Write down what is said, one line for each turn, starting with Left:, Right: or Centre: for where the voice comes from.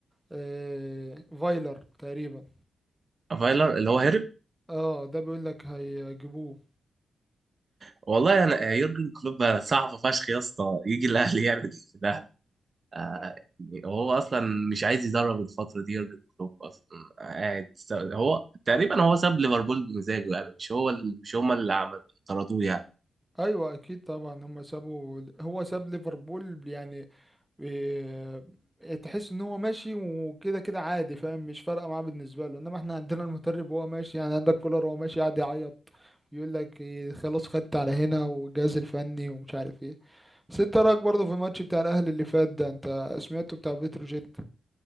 Centre: آه فايلر تقريبا
Right: فايلر اللي هو هرب
Centre: اه ده بيقول لك هيجيبوه
Right: والله أنا آه، يورجن كلوب صعب فشخ يا اسطى يجي الأهلي يعمل إيه في الأهلي آه،
Centre: مم.
Right: هو اصلا مش عايز يدرب الفتره دي يورجن كلوب اصلا قاعد س- هو تقريبا هو ساب ليفربول بمزاجه يعني مش هو اللي مش هما اللي عمل طردوه يعني
Centre: ايوه اكيد طبعا هم سابوا هو ساب ليفربول يعني إيه، تحس ان هو ماشي وكده كده عادي فاهم مش فارقه معاه بالنسبه له انما احنا عندنا المدرب وهو ماشي يعني عندك كولر وهو ماشي قاعد يعيط يقول لك إيه، خلاص خدت على هنا والجهاز الفني ومش عارف ايه بس انت رايك برضه في الماتش بتاع الاهلي اللي فات ده انت سمعته بتاع بتروجيت